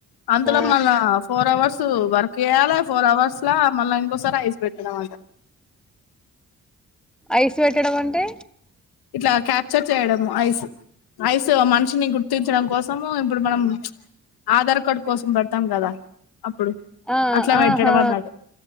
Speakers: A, on the left; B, in the centre.
A: అంతలోపు
B: ఆ
A: మళ్ళ ఫోర్ అవర్స్ వర్క్ చేయ్యాలి ఫోర్ అవర్స్ ల మళ్ళీ ఇంకోసారి ఐస్ పెట్టనాం అ
B: ఐస్ పెట్టడం అంటే
A: ఇట్ల క్యాప్చర్ చేయడము ఐస్ ఐస్ మనిషిని గుర్తించడం కోసము ఇప్పుడు మనం ఆధార్ కార్డు కోసం పెడతాం కద అప్పుడు
B: ఆ
A: అట్లా పెట్టడం
B: ఆహా
A: అన్నట్టు